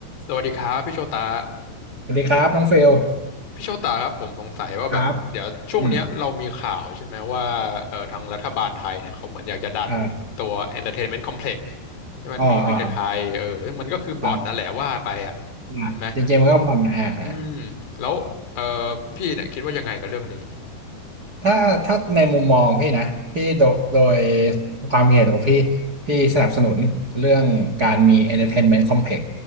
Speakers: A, on the left; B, on the right.
A: สวัสดีครับพี่โชตา
B: สวัสดีครับน้องเฟล
A: พี่โชตาครับผมสงสัยว่าแบบเดี๋ยวช่วงเนี้ยเรามีข่าวใช่ไหมว่าเอ่อทางรัฐบาลไทยเนี่ยเขาเหมือนอยากจะดันตัว
B: ครับอืมอ่าอ่า
A: Entertainment Complex ให้มันมีขึ้นในไทยเออซึ่งมันก็คือบ่อนนั่นแหละว่าไปอ่ะ
B: อ๋ออ๋ออ๋อครับอ่าเจริงมันก็บอลอ่าอ่า
A: ใช่ไหมอืมแล้วเอ่อพี่เนี่ยคิดว่ายังไงกับเรื่องนี้
B: ถ้าถ้าในมุมมองพี่นะพี่โดโดยความเห็นของพี่พี่สนับสนุนเรื่องการมี entertainment complex